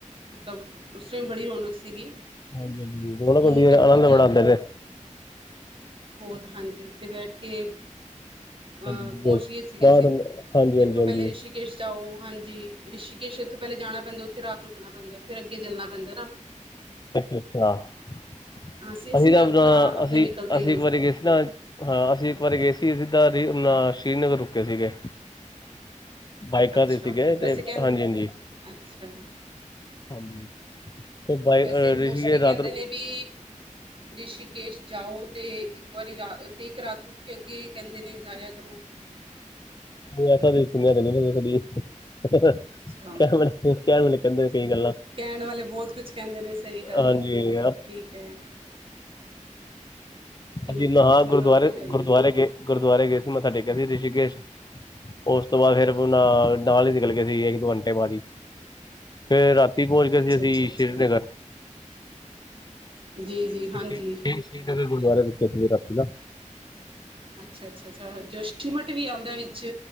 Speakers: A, on the right (about 40°); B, on the left (about 35°).
A: ਮਤਲਬ ਉਸ ਟਾਈਮ ਬੜੀ ਰੌਣਕ ਸੀਗੀ।
B: ਹਾਂਜੀ-ਹਾਂਜੀ, ਬਹੁਤ
A: ਹੁਣ
B: ਵਧੀਆ
A: ਤਾਂ ਬਹੁਤ
B: ਆਨੰਦ
A: ਜ਼ਿਆਦਾ
B: ਬੜਾਉਂਦੇ
A: ਹੈ
B: ਨੇ।
A: ਬਹੁਤ। ਹਾਂਜੀ, ਉੱਤੇ ਬੈਠ ਕੇ ਹਾ
B: ਹਾਂਜੀ
A: ਪਹੁੰਚ ਗਏ ਸੀਗੇ
B: ਬਾਹਰ
A: ਅਸੀਂ,
B: ਹਾਂਜੀ ਹਾਂਜੀ
A: ਇੱਥੋਂ
B: ਹਾਂਜੀ
A: ਪਹਿਲੇ ਰਿਸ਼ੀ ਕੇਸ਼ ਜਾਓ। ਹਾਂਜੀ, ਰਿਸ਼ੀਕੇਸ਼ ਇੱਥੋਂ ਪਹਿਲੇ ਜਾਣਾ ਪੈਂਦਾ, ਉੱਥੇ ਰਾਤ ਰੁੱਕਣਾ ਪੈਂਦਾ, ਫੇਰ ਅੱਗੇ ਚੱਲਣਾ ਪੈਂਦਾ ਨਾ।
B: ਅੱਛਾ, ਅੱਛਾ,
A: ਅਸੀਂ ਅਸੀਂ
B: ਅਸੀ ਨਾਂ
A: ਆਪਣਾ
B: ਅਪਨਾ
A: ਆਪਣੇ
B: ਅਸੀ,
A: ਵਹੀਕਲ 'ਤੇ
B: ਅਸੀ ਇੱਕ ਵਾਰੀ ਗਏ ਸੀ ਨਾ ਹਾਂ। ਅਸੀਂ ਇੱਕ ਵਾਰੀ ਗਏ ਸੀ ਸਿੱਦਾ ਦਾ ਰੀ, ਅਪਨਾ ਸ਼੍ਰੀਨਗਰ ਰੁਕੇੇ ਸੀਗੇ। ਬਾਈਕਾਂ
A: ਅੱਛਾ,
B: 'ਤੇ ਸੀਗੇ ਅਤੇ
A: ਵੈਸੇ ਕਹਿੰਦੇ।
B: ਹਾਂਜੀ ਹਾਂਜੀ
A: ਅੱਛਾ।
B: ਹਾਂਜੀ ਅਤੇ ਬਾਈ
A: ਵੈਸੇ,
B: ਰਿਸ਼ੀਕੇਸ਼
A: ਮੋਸਟਲੀ ਕਹਿੰਦੇ
B: ਰਾਤ
A: ਨੇ ਵੀ ਰਿਸ਼ੀਕੇਸ਼ ਜਾਓ, ਤੇ ਇੱਕ ਵਾਰੀ ਰਾ ਤੇ ਇੱਕ ਰਾਤ ਰੁਕ ਕੇ, ਅੱਗੇ ਕਹਿੰਦੇ ਨੇ ਜਾਇਆ ਕਰੋ।
B: ਵੋ ਐਸਾ ਤੇ ਸੁਣਿਆ ਤੇ ਨਹੀਂ ਨ ਕਦੀ, ਹ-ਹ-ਹ।
A: ਅੱਛਾ
B: ਕਹਿ ਵੇਲੇ, ਕਹਿ ਵੇਲੇ, ਕਹਿੰਦੇ ਨੇ ਕਈ ਗੱਲਾਂ।
A: ਕਹਿਣ ਵਾਲੇ ਬਹੁਤ ਕੁਝ ਕਹਿੰਦੇ ਨੇ, ਸਹੀ ਗੱਲ
B: ਹਾਂਜੀ
A: ਹੈ। ਠੀਕ ਹੈ। <unintelligible> ਠੀਕ
B: ਅਸੀ ਨਹਾ
A: ਹੈ ਚਲੋ
B: ਗੁਰਦੁਆਰੇ,
A: ਉਹ ਤੇ ਹੈ ਹੀ
B: ਗੁਰਦੁਆਰੇ
A: ਹੈ
B: ਗਏ, ਗੁਰਦੁਆਰੇ ਗਏ ਸੀ, ਮੱਥਾ ਟੇਕਿਆ ਸੀ ਰਿਸ਼ੀਕੇਸ਼। ਉਸ ਤੋਂ ਬਾਅਦ, ਫੇਰ ਆਪਣਾ ਬਾਹਰ ਹੀ ਨਿਕਲ ਗਏ ਸੀ, ਇੱਕ ਦੋ ਘੰਟੇ ਬਾਅਦ ਹੀ। ਫੇਰ ਰਾਤੀ ਪੋਂਚ ਗਏ
A: ਅੱਛਾ
B: ਸੀ ਅਸੀ,
A: ਅੱਛਾ ਅੱਛਾ
B: ਸੀ਼ਰੀਨਗਰ।
A: ਜੀ, ਜੀ। ਹਾਂਜੀ
B: ਤੇ ਸ੍ਰੀ਼, ਸ੍ਰੀ਼, ਸ੍ਰੀ ਨਗਰ ਗੁਰਦੁਆਰੇ ਰੁੱਕੇ ਸੀਗੇ ਰਾਤੀ ਨਾ।
A: ਅੱਛਾ, ਅੱਛਾ, ਅੱਛਾ ਜੋਸ਼ੀਮਟ ਵੀ ਆਂਦੈ ਵਿੱਚ।